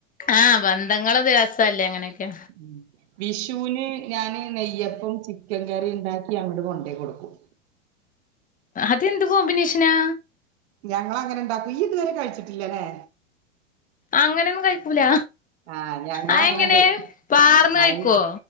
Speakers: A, on the left; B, on the right.
A: ആഹ് ബന്ധങ്ങള് രസല്ലേ അങ്ങനെയൊക്കെ
B: ഉം വിഷുവിന് ഞാന് നെയ്യപ്പും ചിക്കൻ കറി ഉണ്ടാക്കി അവിടെ കൊണ്ട് കൊടുക്കും
A: അതെന്ത് കോമ്പിനേഷനാ
B: ഞങ്ങള് അങ്ങനെ ഇണ്ടാക്കും ഇയ്യ് ഇതുവരെ കഴിച്ചിട്ടില്ലല്ലേ
A: അങ്ങനെയൊന്നും കഴിക്കൂല
B: ആഹ് ഞങ്ങളങ്ങനെണ്ട്
A: ആ എങ്ങനെ പാർന്ന്
B: അയിന്
A: കഴിക്കൊ